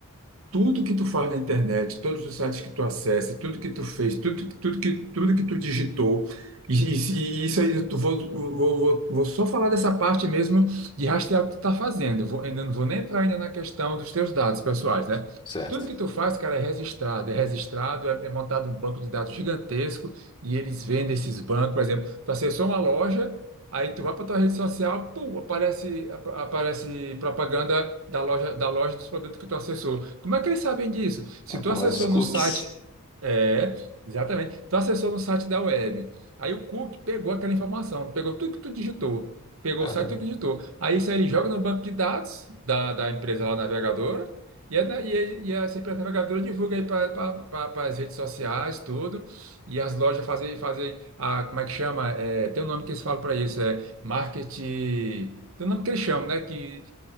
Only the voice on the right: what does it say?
Tudo que tu faz na internet, todos os sites que tu acessa, tudo que tu fez, tudo, que- tudo que, tudo que tu digitou, e, e- e isso aí, eu tu vou, vou, vou, vou só falar dessa parte mesmo de rastrear o que tu tá fazendo. Vou, ainda não vou nem entrar ainda na questão dos teus dados pessoais, né?
Tudo que tu faz, cara, é registrado, é registrado, é, é montado um banco de dados gigantesco e eles vendem esses bancos, por exemplo, tu acessou uma loja. Aí tu vai para tua rede social, pum, aparece, ap- aparece propaganda da loja, da loja dos produtos que tu acessou. Como é que eles sabem disso? Se
tu acessou
no site é, exatamente. Tu acessou no site da web. Aí o Cook pegou aquela informação, pegou tudo que tu digitou, pegou
o site que tu digitou. Aí isso aí ele joga no banco de dados da, da empresa lá navegadora, e, é da- e, é- e essa empresa navegadora divulga aí para as redes sociais, tudo, e as lojas fazem, fazem a, como é que chama? É, tem um nome que eles falam para isso, é marketing. Tem um nome que eles chamam, né? Que,